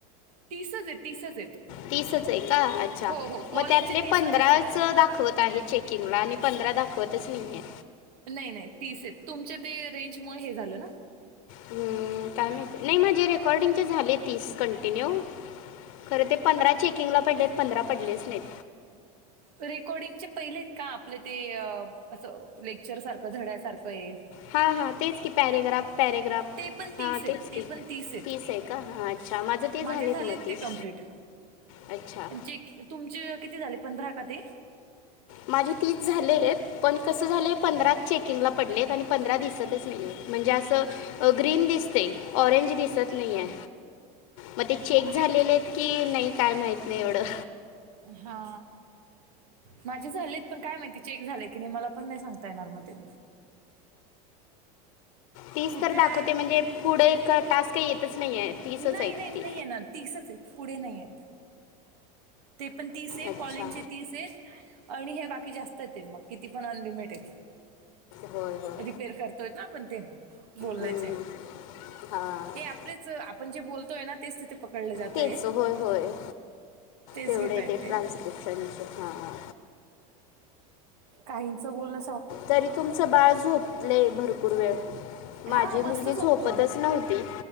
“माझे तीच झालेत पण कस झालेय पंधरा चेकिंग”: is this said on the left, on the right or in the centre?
Left